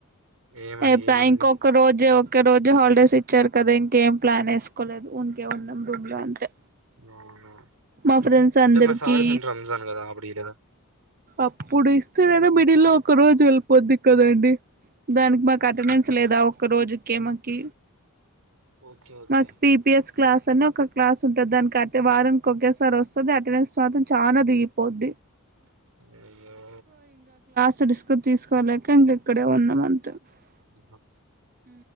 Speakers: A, on the right; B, on the right.
A: ఏమండి
B: రేపా
A: ఏమైంది
B: ఇంకొక్క రోజు ఓకే రోజు హాలిడేస్ ఇచ్చారు కదా ఇంకేం ప్లాన్ వేసుకోలేదు ఉనికే ఉన్నాం రూమ్ లో అంతే
A: అవునా
B: మా ఫ్రెండ్స్
A: అంటే
B: అందరికి
A: మరి సాటర్డే సండే రంజాన్ కదా అప్పుడు ఇయ్యలేదా
B: అప్పుడు ఇస్తాడ మిడిల్లొ ఒక రోజు వెళ్ళిపోద్ది కదాండి దానికి మాకు అటెండెన్స్ లేదా ఒక్క రోజుకే మాకి
A: ఓకే ఓకే
B: మాకు పిపిఎస్ క్లాస్ అని ఒక క్లాస్ ఉంటుది దానిక అంటే వారనికి ఒకేసారి వస్తుంది అటెండెన్స్ మాత్రం చాలా దిగిపోద్ది
A: అయ్యో
B: సొ డిస్కు తీసుకోలేక ఇంక ఇక్కడే ఉన్నాం అన్
A: ఉండచ్చు